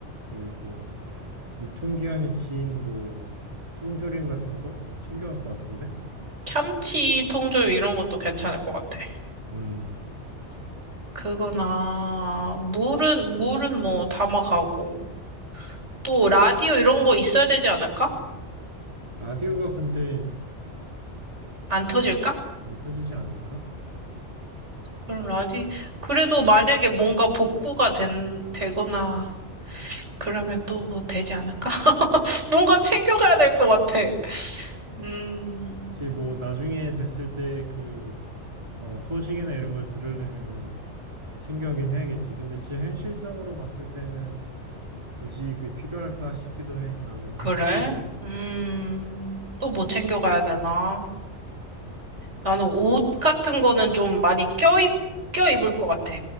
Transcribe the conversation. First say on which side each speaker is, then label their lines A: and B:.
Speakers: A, on the right; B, on the right.
A: 그리고 유통기한이 긴 뭐 통조림 같은 거 챙겨갈 것 같은데.
B: 참치, 통조림 이런 것도 괜찮을 것 같아.
A: 음,
B: 그거나, 물은, 물은 뭐 담아가고. 또 라디오 이런 거 있어야 되지 않을까?
A: 라디오가 근데
B: 안 터질까?
A: 안 터지지 않을까?
B: 그럼 라디, 그래도 만약에 뭔가 복구가 된, 되거나, 그러면 또 뭐 되지 않을까? <laughs> 뭔가 챙겨가야 될 것 같아. 음,
A: 혹시 뭐 나중에 됐을 때 그 어, 소식이나 이런 걸 들으려면은 챙겨가긴 해야겠지. 근데 진짜 현실성으로 봤을 때는 굳이 그게 필요할까 싶기도 해. 나는
B: 그래?
A: <laughs> 개인적으로.
B: 음, 또 뭐 챙겨가야 되나? 나는 옷 같은 거는 좀 많이 껴입, 껴입을 것 같아.